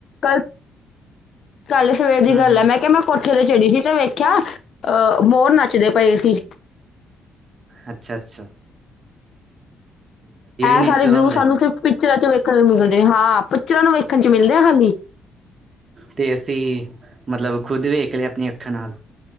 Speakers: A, on the left; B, on the right.
A: ਕੱਲ ਕੱਲ ਸਵੇਰ ਦੀ
B: ਹੂੰ-ਹੂੰ,
A: ਗੱਲ ਮੈਂ ਕਿਹਾ ਮੈਂ ਕੋਠ ਠੇ ਤੇ ਚੜੀ ਦੀ ਤੇ ਵੇਖਿਆ, ਅਹ ਮੋਰ ਨੱਚਦੇ ਪਏ ਸੀ।
B: ਅੱਛਾ -ਅੱਛਾ।
A: ਐ
B: ਨੇਚਰ
A: ਸਾਰੇ ਵਿਯੂ
B: ਹੁੰਦਾ
A: ਸਾਨੂੰ
B: ਐ।
A: ਸਿਰਫ ਪੀ ਚਰਾਂ 'ਚ ਵੇਖਣ ਨੂ ਮਿਲਦੇ ਹਾਂ, ਪੀਚਰਾਂ ਨੂੰ ਵੇਖਣ 'ਚ ਮਿਲਦੇ ਆ ਖਾਲੀ ।
B: ਤੇ ਅਸੀਂ ਮਤਲਬ ਖੁਦ ਵੇਖ ਲਿਆ ਅਪਣੀਆਂ ਅੱਖਾਂ ਨਾਲ।